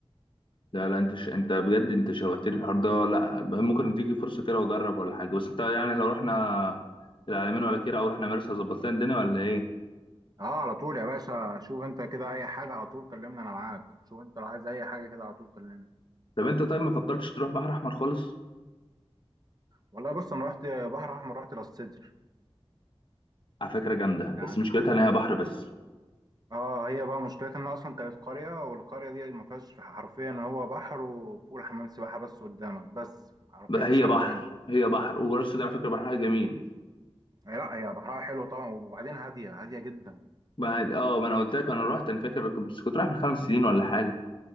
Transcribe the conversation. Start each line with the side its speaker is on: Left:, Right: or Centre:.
Left: لا لا انت ش... انت بجد انت شوقتني في الحوار ده لا ممكن تيجي فرصه كده واجرب ولا حاجه بس انت يعني لو رحنا العلمين ولا كده او رحنا مرسى ظبط لنا الدنيا ولا ايه
Right: اه على طول يا باشا شوف انت كده اي حاجه على طول كلمني انا معاك شوف انت لو عايز اي حاجه كده على طول كلمني
Left: طب انت طيب ما فكرتش تروح بحر احمر خالص
Right: والله بص انا رحت بحر احمر رحت راس سدر
Left: على فكره جامده بس
Right: يعني
Left: مشكلتها ان هي بحر بس
Right: اه هي بقى مشكلتها انها اصلا كانت قريه والقريه دي ما فيهاش حرفيا هو بحر وبول حمام سباحه بس قدامك بس حرفيا
Left: بقى
Right: مفيش
Left: هي
Right: حاجه
Left: بحر
Right: تانية
Left: هي بحر وراس سدر على فكره بحرها جميل
Right: هي لا هي بحرها حلو طبعا وبعدين هاديه هاديه جدا
Left: بعد اه ما انا قلت لك انا رحت انا فاكر كنت- بس كنت رايح من خمس سنين ولا حاجه